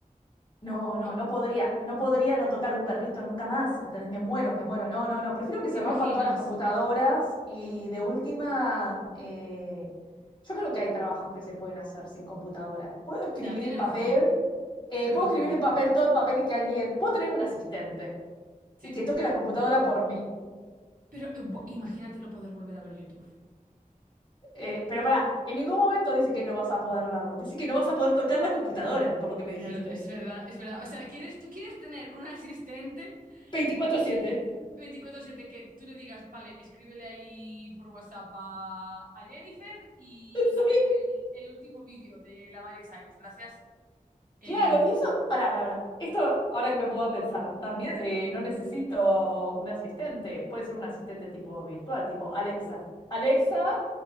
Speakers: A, on the left; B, on the right.
A: No, no,
B: no,
A: no podría, no podría no tocar un perrito nunca más, ¿entendés? Me muero, me muero. No, no, no, prefiero que se
B: ¿te
A: rompan
B: imaginas?
A: todas las computadoras y de última, eh, yo creo que hay trabajos que se pueden hacer sin computadora. Puedo escribir
B: Ya, tienes
A: en papel,
B: razón,
A: eh,
B: tienes
A: puedo
B: razón.
A: escribir en papel, todo en papel y que alguien, puedo tener un asistente
B: Sí,
A: y que toque la computadora por mí.
B: pero eh, bu- imagínate no poder volver a ver YouTube.
A: Eh, pero pará, en ningún momento dice que no vas a poder verlo, dice que no vas a poder tocar la computadora, por lo que me dijiste.
B: Claro, es verdad, es verdad. O sea, quieres, tú quieres tener un asistente
A: Veinticuatro
B: eh,
A: siete.
B: 24/7 que tú le digas, vale, escríbele ahí por WhatsApp a, a Jennifer y
A: <laughs>
B: ábreme el, el último vídeo de la Miley Cyrus, gracias. Eh,
A: Claro, y eso, pará, pará, pará. Esto, ahora que me puedo pensar, también eh, no necesito un asistente. Puede ser un asistente tipo virtual, tipo Alexa. Alexa,